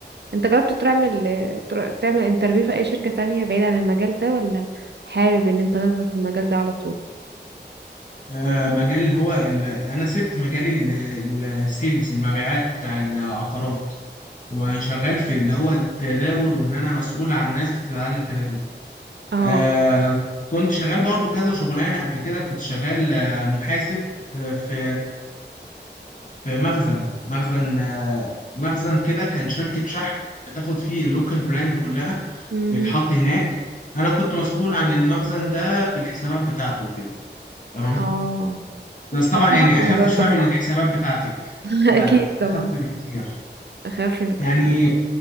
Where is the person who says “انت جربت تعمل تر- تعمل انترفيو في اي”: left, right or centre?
Right